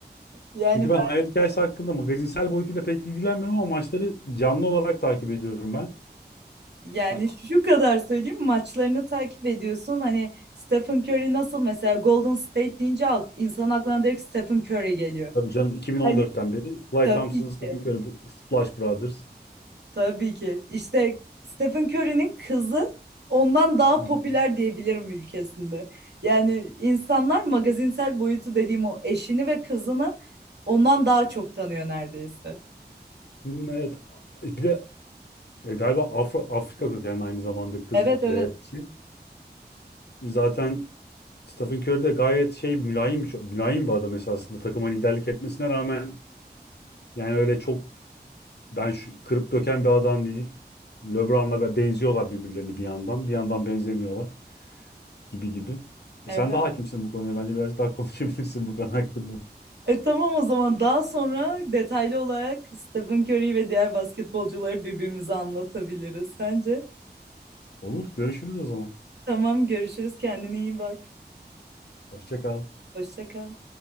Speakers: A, on the right; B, on the left.
A: Yani
B: Çünkü ben
A: ben
B: hayat hikayesi hakkında magazinsel boyutuyla pek ilgilenmiyorum ama maçları canlı olarak takip ediyorum ben.
A: yani
B: Ay,
A: şu kadar söyleyeyim maçlarını takip ediyorsun. Hani Stephen Curry nasıl mesela Golden State deyince ak- insan aklına direkt Stephen Curry geliyor.
B: tabii canım 2014'ten
A: Hani
B: beri. Clay
A: Tabii
B: Thompson,
A: ki.
B: Stephen Curry, Splash Brothers.
A: Tabii ki. İşte Stephen Curry'nin kızı ondan daha
B: Hı.
A: popüler diyebilirim ülkesinde. Yani insanlar magazinsel boyutu dediğim o eşini ve kızını ondan daha çok tanıyor neredeyse.
B: Hmm, Evet. E, Bir de e, galiba Afro, Afrika kökenli aynı zamanda kız.
A: Evet evet.
B: E, şey. zaten Stephen Curry de gayet şey mülayim, çok mülayim bir adam esasında. Takıma liderlik etmesine rağmen yani öyle çok ben şu, kırıp döken bir adam değil. LeBron'la be- benziyorlar birbirlerini bir yandan. Bir yandan benzemiyorlar gibi gibi. E
A: Evet.
B: sen de hakimsin bu konuya. Bence birazcık daha <laughs> konuşabilirsin bu konu hakkında.
A: E, tamam o zaman daha sonra detaylı olarak Stephen Curry ve diğer basketbolcuları birbirimize anlatabiliriz sence?
B: Olur. Görüşürüz o zaman.
A: Tamam görüşürüz. Kendine iyi bak.
B: Hoşça kal.
A: Hoşça kal.